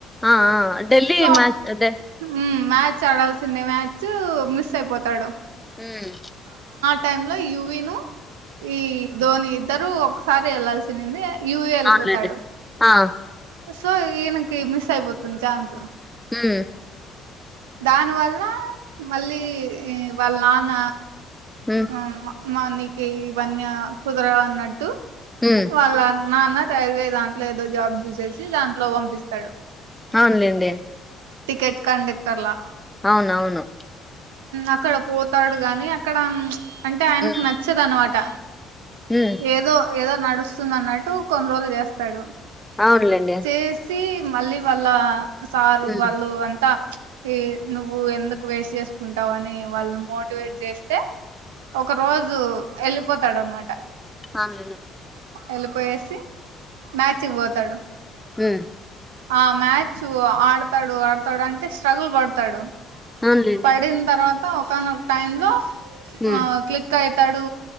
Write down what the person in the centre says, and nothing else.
ఆఆ ఢిల్లీ
మ్యాచ్ అది
హ్మ్
అవున్లెండి ఆ
హు
ఉమ్
ఉమ్
ఔన్లేండి
అవునవును
ఉమ్
ఉమ్
అవునులేండి
ఉమ్
అన్లనే
ఉమ్
అవునులేండి
ఉమ్